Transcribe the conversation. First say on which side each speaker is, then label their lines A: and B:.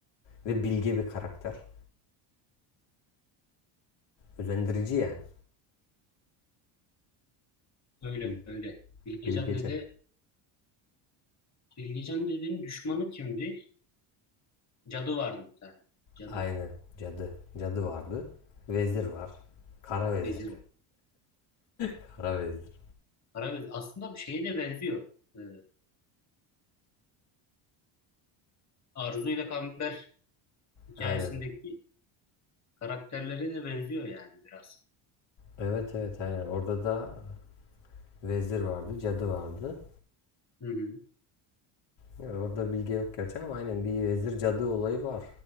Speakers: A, on the left; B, on the left.
A: Ve
B: hı hı.
A: bilge bir karakter. Özendirici yani.
B: Öyle
A: Bil-
B: öyle. Bilgecan
A: Bilgece.
B: dede Bilgecan dedenin düşmanı kimdi? Cadı vardı bir tane. Cadı.
A: Aynen. Cadı. Cadı vardı. Vezir var. Kara vezir.
B: Vezir var.
A: Kara vezir.
B: Kara vezir. Aslında bu şeye de benziyor. Ee, Arzu ile Kamber hikayesindeki
A: Aynen.
B: karakterlere de benziyor yani biraz.
A: Evet evet aynen. Orada da vezir vardı, cadı vardı.
B: Hı hı.
A: Yani orada bilgi yok gerçi ama aynen bir vezir cadı olayı var.